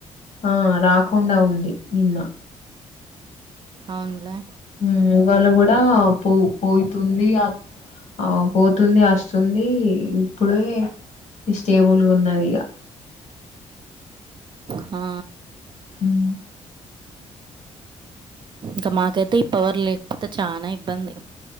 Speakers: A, on the left; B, on the right.
A: ఆ రాకుండా ఉంది నిన్న
B: అవునులే
A: హ్మ్ ఇవాళ కూడా పో పోతుంది ఆత్ ఆ పోతుంది వస్తుంది ఇప్పుడే ఈ స్టేబుల్ గా ఉన్నది ఇగా
B: హా
A: హ్మ్
B: ఇంకా మాకైతే ఈ పవర్ లేకపోతే చానా ఇబ్బంది